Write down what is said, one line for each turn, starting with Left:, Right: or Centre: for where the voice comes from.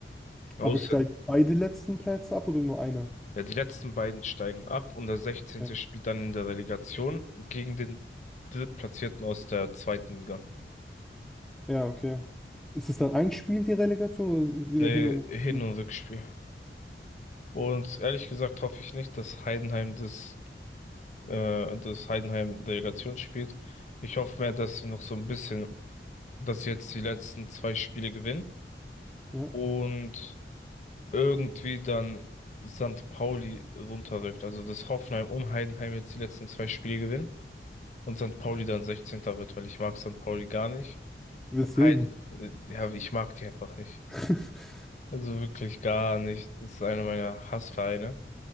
Left: Ja.
Centre: Aber
Left: Außer,
Centre: steigen beide letzten Plätze ab oder nur einer?
Left: ja, die letzten beiden steigen ab und der 16.
Centre: Ja,
Left: spielt dann in der Relegation gegen den Drittplatzierten aus der zweiten Liga. Mhm.
Centre: Ja, okay. Ist es dann ein Spiel, die Relegation, oder ist es wieder
Left: Nee,
Centre: hin und her
Left: Hin-
Centre: Spiel?
Left: und Rückspiel. Und ehrlich gesagt hoffe ich nicht, dass Heidenheim das, äh, das Heidenheim Relegation spielt. Ich hoffe mehr, dass sie noch so ein bisschen, dass sie jetzt die letzten zwei Spiele gewinnen
Centre: Ja,
Left: und irgendwie dann St. Pauli runterrückt. Also dass Hoffenheim und Heidenheim jetzt die letzten zwei Spiele gewinnen und St. Pauli dann sechzehnter wird, weil ich mag St. Pauli gar nicht.
Centre: weswegen?
Left: Und Heiden, äh, ja, ich mag die einfach nicht.
Centre: <laughs>
Left: Also wirklich gar nicht. Das ist einer meiner Hassvereine.